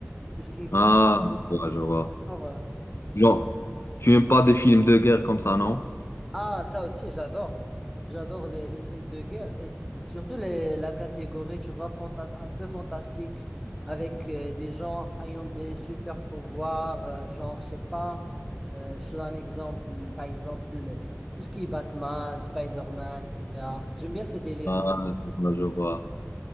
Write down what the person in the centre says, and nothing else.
tout ce qui est
comme
genre, euh,
Ah, ça aussi, j'adore. J'adore les, les films de guerre et surtout les, la catégorie, tu vois, fantas un peu fantastique avec euh, des gens ayant des super pouvoirs, euh, genre, je sais pas, euh, je te donne un exemple, par exemple, tout ce qui est Batman, Spider-Man, etc. J'aime bien ces délires.